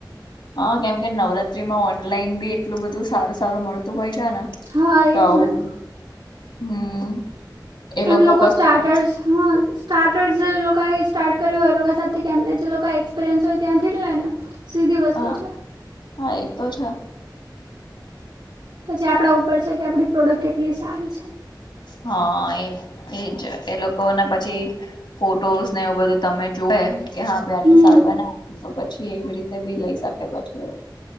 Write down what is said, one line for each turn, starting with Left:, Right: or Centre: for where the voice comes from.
Left: હા કેમકે નવરાત્રીમાં ઓનલાઈન બી એટલું બધું સારું સારું મળતું હોય છેને
Right: હા
Left: તો
Right: એજ
Left: આવુ
Right: ને
Left: હમ એ
Right: અને લોકો
Left: કસ્ટમાઈઝ
Right: સ્ટાર્ટર્સ હા સ્ટાર્ટર્ જે લોકો સ્ટાર્ટ કર્યું હોય એ લોકો સાથે કે જે લોકો એક્સપિરિયન્સ હોય ત્યાંથી જ લે ને સીધી
Left: હા
Right: વસ્તુ છે
Left: હા એ તો છે
Right: પછી આપડા ઉપર છે કે આપડી પ્રોડક્ટ કેટલી સારી છે.
Left: હા એ એજ એ લોકો ને પછી ફોટોસ ને એવું બધું તમે જોવે કે હા ભાઈ આટલું
Right: હમ
Left: સારું બનાવે તો પછી એવી રીતે બી લઈ શકે પછી.